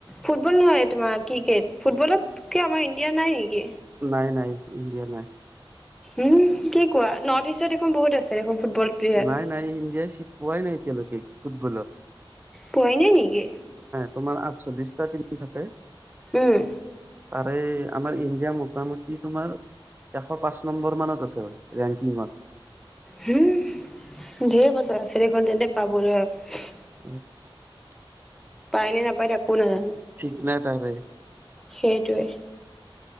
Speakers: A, in the centre; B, on the right (about 20°).
A: ফুটবল নহয় তোমাৰ ক্ৰিকেট ফুটবলত আমাৰ ইণ্ডিয়া নাই নেকি
B: নাই নাই ইণ্ডিয়া নাই।
A: উম কি কোৱা নৰ্থ ইষ্টৰ মোৰ বহুত আছে দেখোন ফুটবল প্লেয়াৰ
B: নাই নাই ইডিয় চীট পোৱাই নাইতিয়া লৈকে খুব ভুল
A: পইনে নেকি
B: তোমাৰ আঠচল্লিশটা টনি থাকে
A: উম
B: আৰে আমাৰ ইণ্ডিয়া মোটামুটি তোমাৰ এশ পাঁচ নম্বৰ মানত আছে ৰেংকিঙত
A: হম ধেৰ বছা চেতিখন যেনে পাবলৈ আৰু
B: <unintelligible>
A: পাইনে নাপাই একো নাজানো
B: ঠিক নাই তাৰে
A: সেইটোৱে